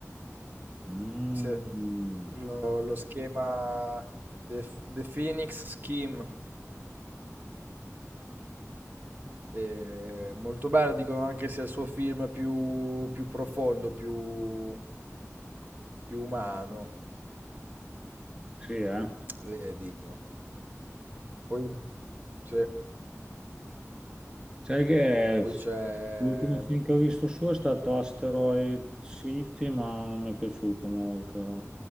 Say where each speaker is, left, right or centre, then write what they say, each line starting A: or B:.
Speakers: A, on the right; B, on the right.
A: Mm,
B: sì. Lo, lo schema The, The Phoenix Scheme. Eh, molto bello, dicono anche sia il suo film più, più profondo, più, più umano,
A: sì, eh.
B: eh, dicono. Poi, sì.
A: Sai che
B: Poi c'è
A: l'ultimo film che ho visto suo è stato Asteroid City, ma non mi è piaciuto molto. Era